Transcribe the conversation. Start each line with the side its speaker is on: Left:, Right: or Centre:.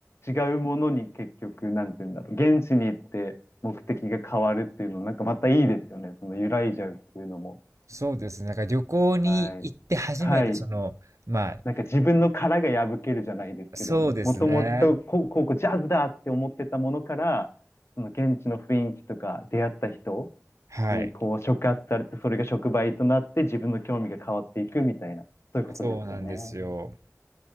Left: 違うものに結局、なんて言うんだろう、現地に行って目的が変わるっていうの、なんかまたいいですよね。その、揺らいじゃうっていうのも。
Right: そうですね。なんか旅行に行って初めて、
Left: はい。はい。
Right: その、まあ、
Left: なんか自分の殻が破けるじゃないですけど、
Right: そうですね。
Left: もともとこ、こう、こうジャズだって思ってたものから、その現地の雰囲気とか出会った人
Right: はい。
Left: にこう触発されて、それが触媒となって自分の興味が変わっていくみたいな、そういうことですよね。
Right: そうなんですよ。